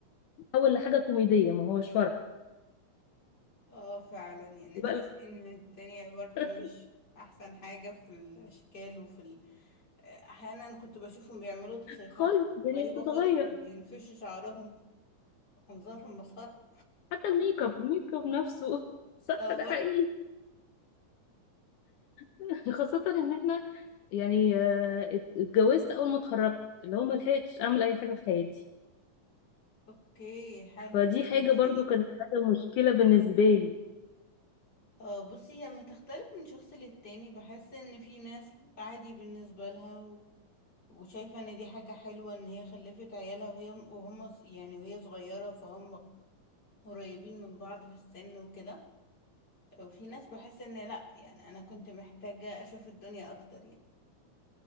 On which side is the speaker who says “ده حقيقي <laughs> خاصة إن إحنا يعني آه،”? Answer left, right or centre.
Left